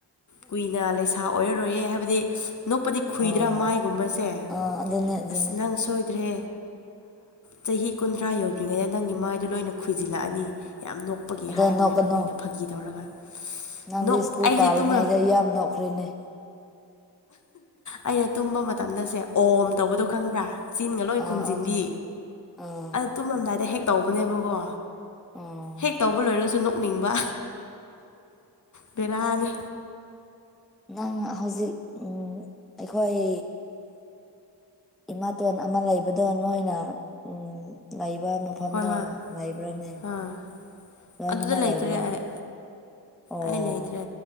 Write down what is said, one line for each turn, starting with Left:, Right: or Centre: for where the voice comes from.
Left: ꯀꯨꯏꯅ ꯂꯩꯁꯥ ꯑꯣꯏꯔꯔꯣꯏꯌꯦꯦ ꯍꯥꯏꯕꯗꯤ ꯅꯣꯛꯄꯗꯤ ꯈꯨꯨꯏꯗ꯭ꯔꯥ
Centre: ꯑꯣ
Left: ꯃꯥꯏꯒꯨꯝꯕꯁꯦ
Centre: ꯑꯥ ꯑꯗꯨꯅꯦ ꯑꯗꯨꯅꯦ
Left: ꯑꯁ ꯅꯪ ꯁꯣꯏꯗ꯭ꯔꯦ ꯆꯍꯤ ꯀꯨꯟꯊ꯭ꯔꯥ ꯌꯧꯗ꯭ꯔꯤꯉꯩꯗ ꯅꯪꯒꯤ ꯃꯥꯏꯗꯣ ꯂꯣꯏꯅ ꯈꯣꯏꯖꯤꯜꯂꯛꯑꯅꯤ ꯌꯥꯝ ꯅꯣꯛ ꯀꯞꯄꯒꯤ
Centre: ꯑꯗꯣ
Left: ꯍꯥꯏꯕꯅꯦꯕ
Centre: ꯅꯣꯛꯀꯅꯨ
Left: ꯃꯤꯅ ꯐꯥꯒꯤ ꯇꯧꯔꯒ
Centre: ꯅꯪꯗꯤ
Left: ꯅꯣꯛ
Centre: ꯁ꯭ꯀꯨꯜ
Left: ꯑꯩꯁꯦ
Centre: ꯀꯥꯔꯤꯉꯩꯗ
Left: ꯇꯨꯝꯔ
Centre: ꯌꯥꯝ ꯅꯣꯛꯈ꯭ꯔꯦꯅꯦ
Left: ꯑꯩꯅ ꯇꯨꯝꯕ ꯃꯇꯝꯗꯁꯦ ꯑꯣꯝ ꯇꯧꯕꯗꯣ ꯈꯪꯕ꯭ꯔꯥ ꯆꯤꯟꯒ ꯂꯣꯏ
Centre: ꯑꯥ
Left: ꯈꯨꯝꯖꯤꯟꯗꯤ
Centre: ꯑꯥ ꯈꯪꯉꯦ ꯑꯥ
Left: ꯇꯨꯝꯂꯝꯝꯗꯥꯏꯗ ꯍꯦꯛ ꯇꯧꯕꯅꯦꯕꯀꯣ
Centre: ꯑꯥ
Left: ꯍꯦꯛ ꯇꯧꯕ ꯂꯣꯏꯔꯒꯁꯨ ꯅ ꯀꯣꯛꯅꯤꯡꯕ ꯕꯦꯔꯥꯅꯤ
Centre: ꯅꯪ ꯍꯧꯖꯤꯛ ꯎꯝ ꯑꯩꯈꯣꯏ ꯏꯃꯥꯇꯣꯟ ꯑꯃ ꯂꯩꯕꯗꯣ ꯅꯣꯏꯅ ꯎ ꯂꯩꯕ ꯃꯐꯝꯗꯣ
Left: ꯍꯣꯏ ꯍꯣꯏ
Centre: ꯂꯩꯕ꯭ꯔꯥꯅꯦ
Left: ꯑꯥ
Centre: ꯂꯣꯏꯅꯃꯛ
Left: ꯑꯗꯨꯗ ꯂꯩꯇ꯭ꯔꯦ
Centre: ꯂꯩꯕ꯭ꯔꯥ
Left: ꯑꯩ
Centre: ꯑꯣ
Left: ꯑꯩ ꯂꯩꯇ꯭ꯔꯦ